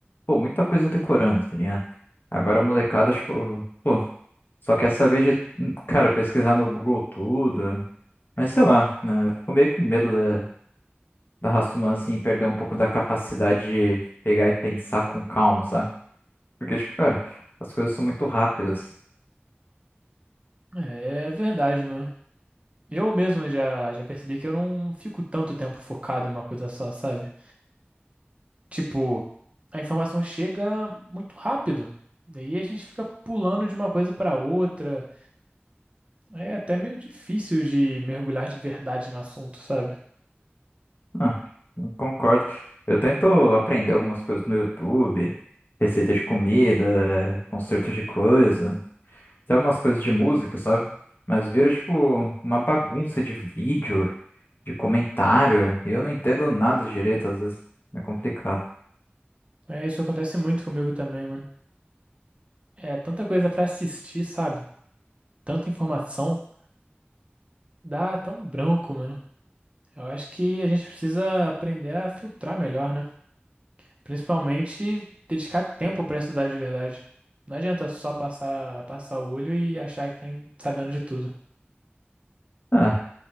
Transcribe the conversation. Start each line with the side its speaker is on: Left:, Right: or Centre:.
Left: pô, muita coisa decorando, tá ligado? Agora a molecada, tipo, pô. Só quer saber de, cara, pesquisar no Google tudo. Mas sei lá, né? Eu fico meio com medo da, da raça humana, assim, perder um pouco da capacidade de pegar e pensar com calma, sabe? Porque, tipo, cara, as coisas são muito rápidas.
Right: É verdade, mano. Eu mesmo já, já percebi que eu não fico tanto tempo focado em uma coisa só, sabe? Tipo, a informação chega muito rápido. Daí a gente fica pulando de uma coisa pra outra. É até meio difícil de mergulhar de verdade no assunto, sabe?
Left: Ah, eu concordo. Eu tento aprender algumas coisas no YouTube, receita de comida, conserto de coisa. até umas coisas de música, sabe? Mas vira tipo uma bagunça de vídeo, de comentário, e eu não entendo nada direito, às vezes é complicado.
Right: É, isso acontece muito comigo também, mano. É tanta coisa pra assistir, sabe? Tanta informação, dá até um branco, mano. Eu acho que a gente precisa aprender a filtrar melhor, né? Principalmente dedicar tempo pra estudar de verdade. Não adianta só passar, passar o olho e achar que tá em- sabendo de tudo.
Left: Ah,